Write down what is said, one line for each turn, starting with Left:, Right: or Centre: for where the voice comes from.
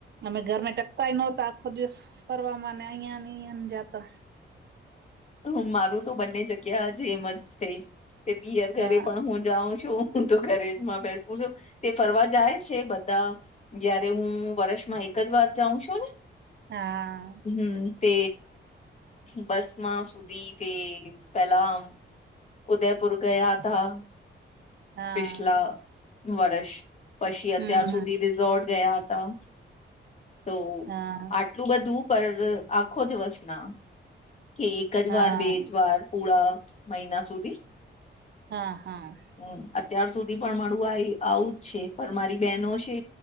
Right: અમે ઘરને ટકતાય નોતા આખો દિવસ ફરવા ને અહિયા ને અયા જાતો
Left: હ મારું તો બંને જગ્યા જે એમ જ છે તે પીયર ઘરે
Right: હા
Left: પણ હું જાઉં છું હું તો ઘરે જમાં બેસું છું તે ફરવા જાય છે બધા જયારે હું વર્ષમાં એક જ વાર જાઉં છું ને
Right: હા.
Left: હમ્મ તે બસ માં સુધી તે પેલા ઉદયપુર ગયા હતા
Right: હા
Left: પિછલા વર્ષ પછી
Right: હમ
Left: અત્યાર
Right: હમ
Left: સુધી તે ઝોર્ટ ગયા હતા તો
Right: હા
Left: આ એટલું બધું પર આખો દિવસ ના કે એક જ
Right: હા
Left: વાર બે જ વાર પૂરા મહિના સુધી
Right: હા હા.
Left: હમ્મ અત્યાર સુધી પણ મળું આવું જ છે પણ મારી બેહેનો છે